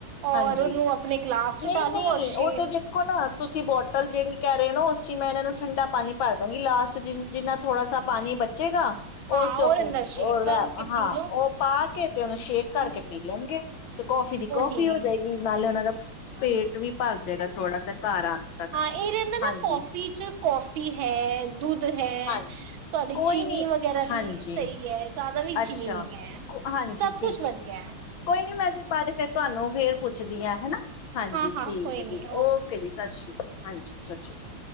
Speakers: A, on the right; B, on the left.
A: ਔਰ
B: ਹਾਂਜੀ
A: ਉਹਨੂੰ ਆਪਣੇ ਗਲਾਸ ਚ
B: ਨਹੀਂ
A: ਡਾਲੋ
B: ਨਹੀਂ,
A: ਔਰ ਸ਼ੇ
B: ਉਹ ਤੇ ਦੇਖੋ ਨਾ ਤੁਸੀਂ ਬੋਟਲ ਜਿਹੜੀ ਕਹਿ ਰਹੇ ਹੋ ਨਾ ਉਸ ਚ ਹੀ ਮੈਂ ਇਹਨਾਂ ਨੂੰ ਠੰਡਾ ਪਾਣੀ ਭਰ ਦਾਂਗੀ। ਲਾਸਟ ਜਿ ਜਿੰਨਾ ਥੋੜਾ ਸਾ ਪਾਣੀ ਬਚੇਗਾ
A: ਹਾਂ
B: ਉਸ ਚੋਂ
A: ਔਰ
B: ਹੂ
A: ਅੰਦਰ
B: <unintelligible>
A: ਸ਼ੇਕ ਕਰਕੇ
B: ਹਾਂ
A: ਪੀ ਲੋ।
B: ਉਹ ਪਾ ਕੇ ਤੇ ਉਹਨੂੰ ਸ਼ੇਕ ਕਰਕੇ
A: ਹੂੰ
B: ਪੀ ਲੈਣਗੇ ਤੇ ਕੌਫੀ ਦੀ ਕੌਫੀ
A: ਉਹੀ
B: ਹੋ ਜਾਏਗੀ, ਨਾਲੇ ਉਹਨਾਂ ਦਾ ਪੇਟ ਵੀ ਭਰ ਜਾਏਗਾ ਥੋੜਾ ਸਾ ਘਰ ਆਣ ਤੱਕ
A: ਹਾਂ, ਇਹ ਰਹਿੰਦਾ
B: ਹਾਂਜੀ
A: ਨਾ ਕੌਫੀ ਚ ਕੌਫੀ ਹੈ। ਦੁੱਧ <unintelligible> ਹੈ
B: ਹਾਂਜੀ
A: ਤੁਹਾਡੀ
B: ਕੋਈ
A: ਚੀਨੀ
B: ਨੀ
A: ਵਗੈਰਾ
B: ਹਾਂਜੀ
A: ਵੀ ਸਹੀ ਹੈ। ਜ਼ਿਆਦਾ ਵੀ ਚੀਨੀ
B: ਅੱਛਾ
A: ਨਹੀਂ ਹੈ।
B: ਕੋ- ਹਾਂਜੀ
A: ਸਭ
B: ਠੀਕ
A: ਕੁਛ ਵਧੀਆ ਹੈ।
B: ਕੋਈ ਨੀ ਮੈਂ ਇਹਦੇ ਬਾਰੇ ਫੇਰ ਤੁਹਾਨੂੰ ਫੇਰ ਪੁੱਛਦੀ ਆ। ਹਨਾ ਹਾਂਜੀ
A: ਹਾਂ-ਹਾਂ
B: ਠੀਕ
A: ਕੋਈ
B: ਹੈ। ਠੀਕ,
A: ਨੀ
B: ਓਕੇ ਜੀ ਸਤਿ ਸ਼੍ਰੀ ਅਕਾਲ। ਹਾਂਜੀ, ਸਤਿ ਸ਼੍ਰੀ ਅਕਾਲ।